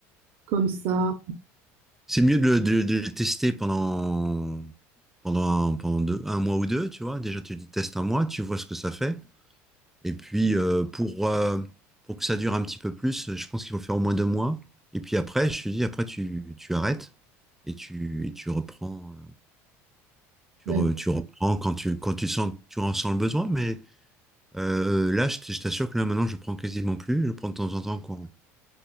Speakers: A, on the right; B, in the centre.
A: comme ça.
B: C'est mieux de, le de- de le tester pendant, pendant, un, pendant deux- un mois ou deux, tu vois. Déjà, tu le testes un mois, tu vois ce que ça fait. Et puis, euh, pour, euh, pour que ça dure un petit peu plus, je pense qu'il faut faire au moins deux mois. Et puis après, je te dis, après, tu, tu arrêtes et tu, et tu reprends, euh, tu,
A: Ouais,
B: re- tu reprends quand tu, quand tu sens, tu en sens le besoin. Mais euh, là, je t- je t'assure que là, maintenant, je prends quasiment plus. Je prends de temps en temps quand,